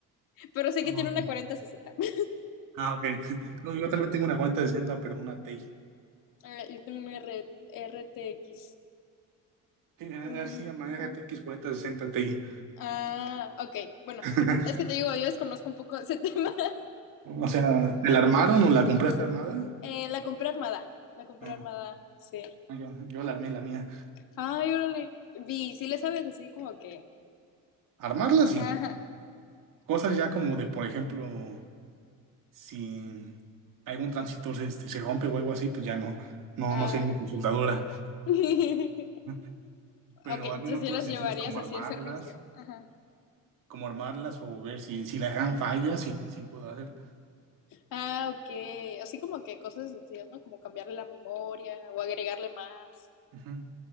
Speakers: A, on the left; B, on the right.
A: pero sé
B: No,
A: que
B: Ah,
A: tiene
B: ok.
A: una cuarenta sesenta <laughs>
B: Ah, ok. <laughs> No, yo también tengo una 4060, pero una TI.
A: Ah, yo tengo una red R- RTX.
B: Sí, así
A: Ajá.
B: llama RTX 4060 Ti.
A: Ah, ok. Bueno,
B: <laughs>
A: es que te digo, yo desconozco un poco ese <laughs> tema.
B: O sea, ¿te la armaron o la compraste armada?
A: Eh, la compré armada. La compré
B: No,
A: armada, sí.
B: no, yo, yo la armé la mía.
A: Ay, órale. Vi, sí le sabes así como que.
B: Armarla
A: Ajá.
B: sí. Cosas ya como de, por ejemplo. si algún transistor este, se rompe o algo así, pues ya no, no,
A: Ah,
B: no sé mi consultadora.
A: ok. <laughs>
B: <laughs> Pero
A: Ok, entonces
B: al menos cosas
A: ya las
B: sencillas
A: llevarías
B: como
A: así
B: armarlas,
A: a servicio. Ajá.
B: como armarlas o ver si, si la RAM falla, sí, sí puedo hacer.
A: Ah, ok. Así como que cosas sencillas, ¿no? Como cambiarle la memoria o agregarle más,
B: Ujú.